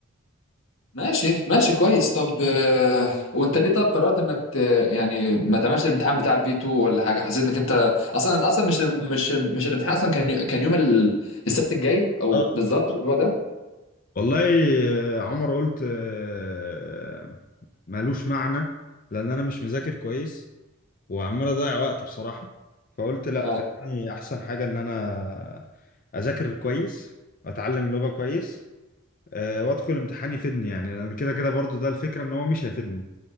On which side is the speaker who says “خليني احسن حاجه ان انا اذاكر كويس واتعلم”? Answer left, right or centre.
Left